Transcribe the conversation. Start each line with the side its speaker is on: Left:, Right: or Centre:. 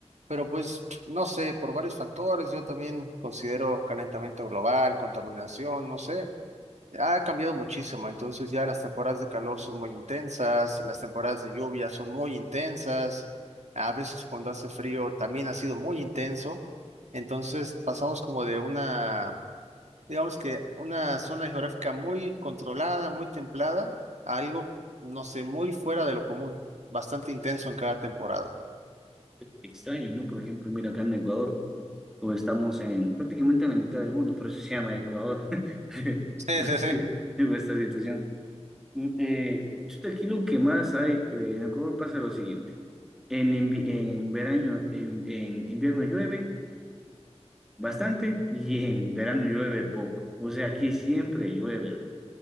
Right: Pero pues, no sé, por varios factores, yo también considero calentamiento global, contaminación, no sé, ha cambiado muchísimo, entonces ya las temporadas de calor son muy intensas, las temporadas de lluvia son muy intensas, a veces cuando hace frío también ha sido muy intenso, entonces pasamos como de una, digamos que una zona geográfica muy controlada, muy templada, a algo, no sé, muy fuera de lo común, bastante intenso en cada temporada.
Centre: Extraño, ¿no? Por ejemplo, mira acá en Ecuador. o estamos en prácticamente en la mitad del mundo, por eso se llama Ecuador, <laughs>
Right: Sí,
Centre: Porque
Right: sí, sí.
Centre: hubo esta situación. Mm, Eh, chuta, aquí lo que más hay, eh, en Ecuador pasa lo siguiente, en, invi- en verano, en, en invierno llueve bastante y en verano llueve poco, o sea, aquí siempre llueve,